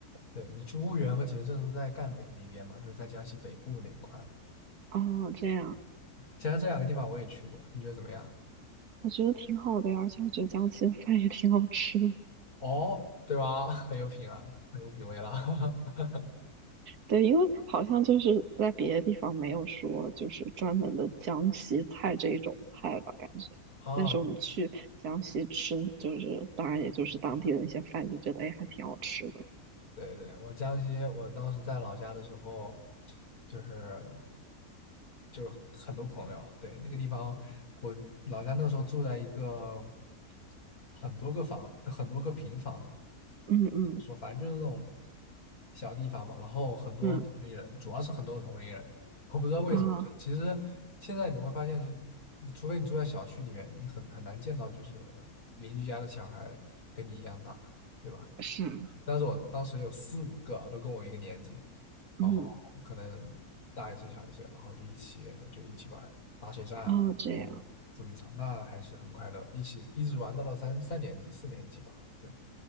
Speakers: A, on the left; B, on the right.
A: 对你去婺源和景德镇都在赣北那边嘛，就是在江西北部那块儿嘛。
B: 哦，这样，
A: 其实这两个地方我也去过，你觉得怎么样？
B: 我觉得挺好的呀，而且我觉得江西的饭也挺好吃的。
A: 哦，对吧？<laughs> 很有品啊，很有品味了。<laughs>
B: 对，因为好像就是在别的地方没有说就是专门的江西菜这一种菜吧，感觉。
A: 哦，
B: 但是我们去江西吃，就是当然也就是当地的那些饭，就觉得哎还挺好吃的。
A: 对对，我江西，我当时在老家的时候，就是就是很多朋友，对，那个地方，我老家那个时候住在一个很多个房，很多个平房的，
B: 嗯嗯
A: 怎么说，反正就是那种小地方嘛。然后很多同龄人，
B: 嗯
A: 主要是很多同龄人，我不知道为什么。
B: 啊
A: 就其实现在你会发现，除非你住在小区里面，你很很难见到就是邻居家的小孩跟你一样大，对吧？
B: 是
A: 但是我当时有四五个都跟我一个年级，然后可能大一岁小一岁，
B: 嗯
A: 然后就一起就一起玩儿打水战啊，
B: 哦这样
A: 然后捉迷藏，那还是很快乐，一起一直玩到了三三年级四年级吧。对，